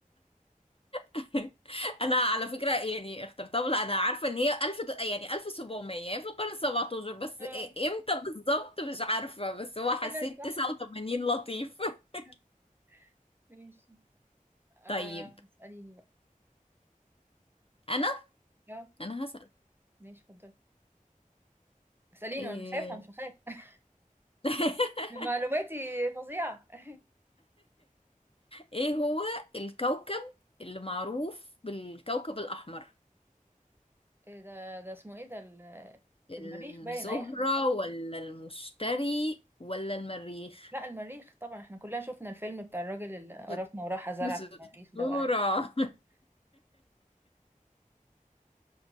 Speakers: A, on the left; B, on the right.
A: <laughs> انا على فكره يعني اخترتها لا انا عارفه ان هي 1000 د- يعني 1700 يعني في القرن 17 بس
B: اه
A: إيه- امتى بالظبط مش عارفه بس هو
B: لا طلعت
A: حسيت
B: صح
A: 89 لطيف <laughs>
B: <laughs> ماشي آه،
A: طيب
B: اسأليني بقى
A: انا
B: اه
A: انا هسأل
B: ماشي اتفضلي اسأليني
A: ايه
B: وانا مش هفهم مش هخاف <laughs>
A: <laughs>
B: ده معلوماتي فظيعة <laughs>
A: ايه هو الكوكب اللي معروف بالكوكب الاحمر
B: إيه ده ده اسمه ايه ده ال-
A: الزهره
B: المريخ باين اي حاجة
A: ولا المشتري ولا المريخ
B: لا المريخ طبعا احنا كلنا شفنا الفيلم بتاع الراجل اللي قرفنا
A: <laughs>
B: وراح زرع
A: بس
B: في
A: الزهره
B: المريخ ده وقال